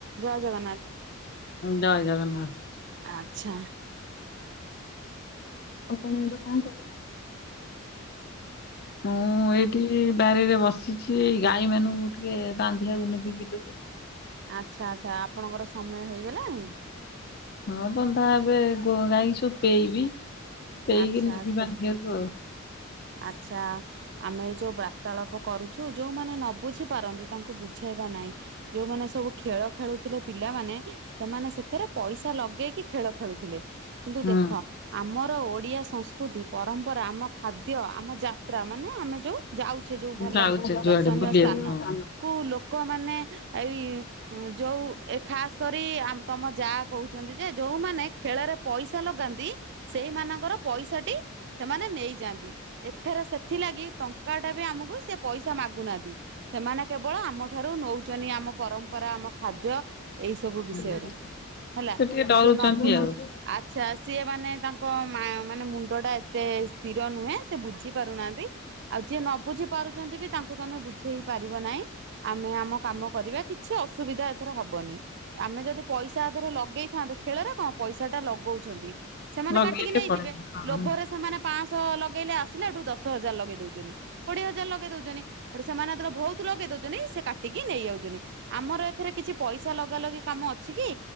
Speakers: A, on the right (about 55°); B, on the left (about 50°).
A: ଜୟ ଜଗନ୍ନାଥ।
B: ଜୟ ଜଗନ୍ନାଥ।
A: ଆଚ୍ଛା।
B: ଆପଣ ଏବେ କଣ କରୁଚ? ମୁଁ ଏଇଠି ବାରିରେ ବସିଛି ଗାଈ ମାନଙ୍କୁ ଟିକେ ବାନ୍ଧିବାକୁ ନେବି ବିଲୁକୁ।
A: ଆଚ୍ଛା-ଆଚ୍ଛା ଆପଣଙ୍କର ସମୟ ହେଇଗଲାଣି?
B: ହଁ ବନ୍ଧା ହେବେ ଗାଈଙ୍କୁ ସବୁ ପେଇବି ପେଇକି
A: ଆଚ୍ଛା
B: ନେବି
A: ଆଚ୍ଛା
B: ବାନ୍ଧିବାକୁ ଆଉ।
A: ଆଚ୍ଛା ଆମେ ଏ ଯୋଉ ବାର୍ତ୍ତାଳାପ କରୁଛୁ ଯୋଉମାନେ ନ ବୁଝି ପାରନ୍ତି ତାଙ୍କୁ ବୁଝେଇବା ନାଇଁ ଯୋଉମାନେ ସବୁ ଖେଳ ଖେଳୁଥିଲେ ପିଲାମାନେ ସେମାନେ ସେଥେରେ ପଇସା ଲଗେଇକି ଖେଳ ଖେଳୁଥିଲେ କିନ୍ତୁ
B: ହୁଁ
A: ଦେଖ ଆମର ଓଡିଆ ସଂସ୍କୃତି ପରମ୍ପରା ଆମ ଖାଦ୍ୟ ଆମ ଯାତ୍ରା ମାନେ ଆମେ ଯୋଉ ଯାଉ ସେ ଯୋଉ
B: ହୁଁ
A: ଭଲ
B: ଯାଉଛେ ଯୁଆଡେ
A: ଦର୍ଶନୀୟ
B: ବୁଲିବାକୁ
A: ସ୍ଥାନ।
B: ହଁ।
A: କୁ ଲୋକମାନେ ଏଇ ଯୋଉ ଏ ଖାସ କରି ବି ତମ ଯା କହୁଛନ୍ତି ଯେ ଯୋଉମାନେ ଖେଳରେ ପଇସା ଲଗାନ୍ତି। ସେଇମାନଙ୍କର ପଇସାଟି ସେମାନେ ନେଇଯାଆନ୍ତି। ଏଥର ସେଥିଲାଗି ଟଙ୍କା ଟା ବି ଆମକୁ ସେ ପଇସା ମାଗୁନାହାନ୍ତି। ସେମାନେ କେବଳ ଆମଠାରୁ ନଉଛନ୍ତି ଆମ ପରମ୍ପରା ଆମ ଖାଦ୍ୟ। ଏଇ ସବୁ ବିଷୟରେ
B: ହୁଁ
A: ହେଲା
B: ସେ ଟିକେ ଡରୁଛନ୍ତି
A: ଯିଏ ନବୁଛି
B: ଆଉ ହଁ
A: ଆଛା ସିଏ ମାନେ ତାଙ୍କ ମାନେ ମୁଣ୍ଡ ଟା ଏତେ ସ୍ଥିର ନୁହେଁ। ସେ ବୁଝି ପାରୁନାହାନ୍ତି। ଆଉ ଯିଏ ନ ବୁଝି ପାରୁଛନ୍ତି ବି ତାଙ୍କୁ ତ ଆମେ ବୁଝେଇ ପାରିବ ନାହିଁ ଆମେ ଆମ କାମ କରିବା କିଛି ଅସୁବିଧା ଏଥର ହବନି ଆମେ ଯଦି ପଇସା ଆଦେହରେ ଲଗେଇଥାନ୍ତେ ଖେଳରେ କଣ ପଇସା ଟା ଲଗଉଛନ୍ତି ସେମାନେ
B: ଲଗେଇଲେ
A: କାଟିକି ନେଇଯିବେ
B: ପଳେଇବେ
A: ଲୋଭରେ
B: ହଁ
A: ସେମାନେ ପଂଶ ଲ <inaudible> ଆସିଲେ ଦଶ ହଜାର ଲଗେଇ ଦଉଚନି। କୋଡିଏ ହଜାର ଲଗେଇ ଦଉଚନି ହେଠୁ ସେମାନେର ବହୁତ ଲଗେଇ ଦଉଛନ୍ତିି ସେ କାଟି କାଟିକି ନେଇଯାଉଚନି ଆମର ଏଥିରେ କିଛି ପଇସା ଲଗା ଲଗି କାମ ଅଛି କି?